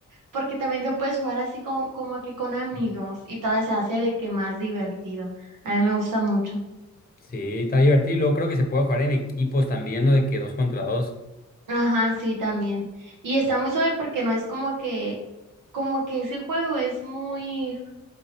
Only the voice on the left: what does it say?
Sí, está divertido. Luego creo que se puede jugar en equipos también, ¿no? De que dos contra dos.